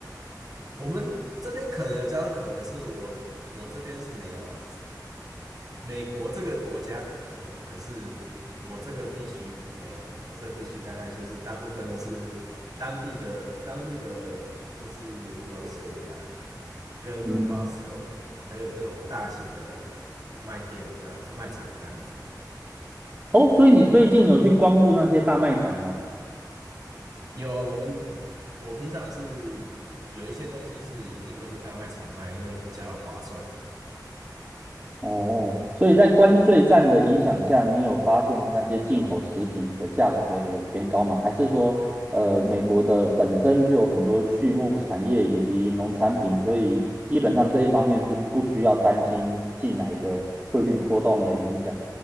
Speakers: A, on the right; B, on the right.
A: <laughs> 我们这边可能有家乐福，可是我我这边是没有。美国这个国家可能有，可是我这个地区没有。我这个地区大概就是大部分都是当地的当地的就是 grocery 啊，跟
B: 嗯，
A: Costco，还有那种大型的卖店这样子，卖场这样子。
B: 哦，所以你最近有去光顾那些大卖场吗？
A: 有我们，我平常是有一些东西是一定会去大卖场卖，因为比较划算。
B: 哦，所以在关税战的影响下，你有发现那些进口食品的价格有偏高吗？还是说，呃，美国的本身就有很多畜牧产业以及农产品，所以基本上这一方面是不需要担心进来的汇率波动的影响？